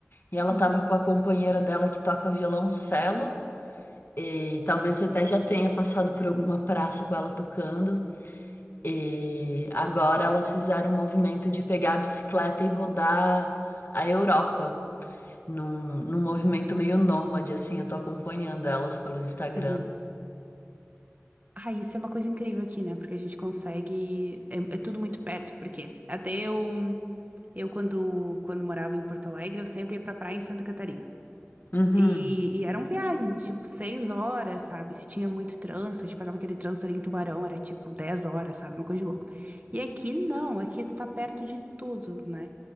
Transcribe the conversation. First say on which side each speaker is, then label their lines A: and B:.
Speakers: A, on the left; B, on the right.
A: e ela
B: uhum,
A: estava com a companheira dela que toca violoncelo e talvez até já tenha passado por alguma praça com ela tocando. E agora elas fizeram um movimento de pegar a bicicleta e rodar a Europa num, num movimento meio nômade, assim, eu tô acompanhando elas pelo Instagram.
B: uhum. Ah, isso é uma coisa incrível aqui, né? Porque a gente consegue, é, é tudo muito perto, porque até eu, eu quando, quando morava em Porto Alegre, eu sempre ia pra praia em Santa Catarina.
A: Uhum.
B: E, e eram viagens, de, tipo, seis horas, sabe? Se tinha muito trânsito, a gente pegava aquele trânsito ali em Tubarão, era tipo 10 horas, sabe? Uma coisa de louco. E aqui não, aqui tu tá perto de tudo, né?